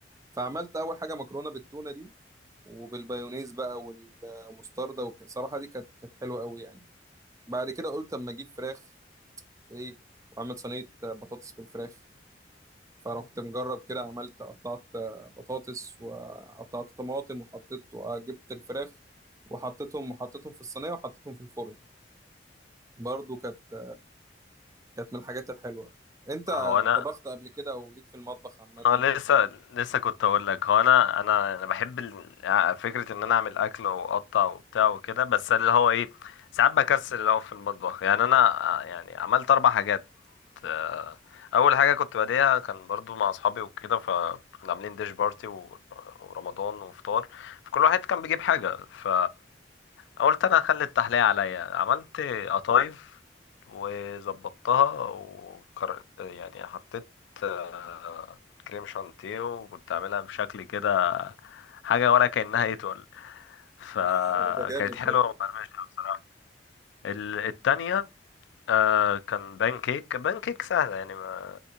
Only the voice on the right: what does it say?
فعملت اول حاجه مكرونه بالتونه دي وبالبايونيز بقى والمستردة والصراحه دي كانت كانت حلوه قوي يعني بعد كده قلت اما اجيب فراخ ايه واعمل صينيه بطاطس بالفراخ فرحت مجرب كده عملت قطعت بطاطس وقطعت طماطم وحطيت وجبت الفراخ وحطيتهم وحطيتهم في الصينيه وحطيتهم في الفرن برضو كانت كانت من الحاجات الحلوة انت
طبخت قبل كده او ليك في المطبخ عامة
آه، ده جامد
ده